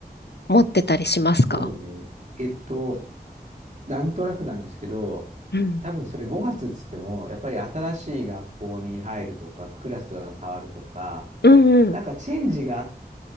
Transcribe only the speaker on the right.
そうね。えっと、なんとなくなんですけど、
多分それ5月っつっても、やっぱり新しい学校に入るとか、クラスが変わるとか、
なんかチェンジがあっ